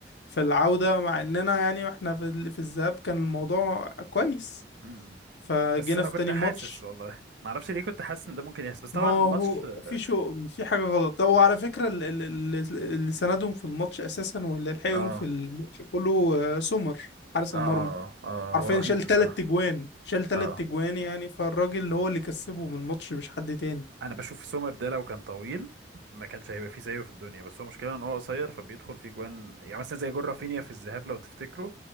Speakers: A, on the left; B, on the right.
A: في العودة مع اننا يعني واحنا في ال... في الذهاب كان الموضوع كويس
B: مم.
A: فجينا
B: بس انا
A: في
B: كنت
A: تاني
B: حاسس
A: ماتش
B: والله ما اعرفش ليه كنت حاسس ان ده ممكن يحصل بس طبعا
A: ما هو
B: الماتش اه
A: في شو في حاجة غلط طب وعلى فكرة ال- ال- ال- اللي سندهم في الماتش اساسا واللي لحقهم
B: اه
A: في الماتش كله آه، سومر حارس
B: اه
A: المرمى
B: اه
A: حرفيا
B: هو رهيب
A: شال
B: بصراحة
A: تلات تجوان شال تلات
B: اه
A: تجوان يعني فالراجل هو اللي كسبه من الماتش مش حد تاني
B: انا بشوف سومر ده لو كان طويل ما كانش هيبقى فيه زيه في الدنيا بس هو مشكلة ان هو قصير فبيدخل فيه جوان يعني مثلا زي جون رافينيا في الذهاب لو تفتكروا